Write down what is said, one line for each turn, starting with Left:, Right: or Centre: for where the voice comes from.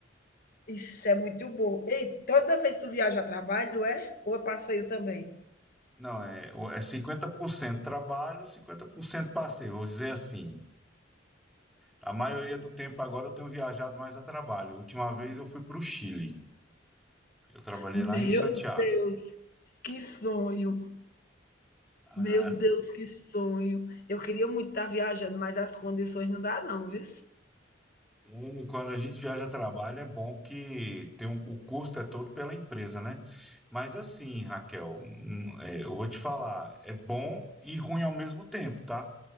Left: Isso é muito bom. Ei, toda vez que tu viaja a trabalho, é? Ou é passeio também?
Centre: <laughs> Não, é, o- é 50% trabalho, 50% passeio, vou dizer assim. A maioria do tempo agora eu tenho viajado mais a trabalho. A última vez eu fui para o Chile. Eu trabalhei
Left: Meu
Centre: lá em Santiago.
Left: Deus, que sonho.
Centre: Ah,
Left: Meu Deus, que sonho. Eu queria muito estar viajando, mas as condições não dá não, viu?
Centre: é, quando a gente viaja a trabalho é bom que tem um- o custo é todo pela empresa, né? Mas assim, Raquel, hum, é, eu vou te falar, é bom e ruim ao mesmo tempo, tá?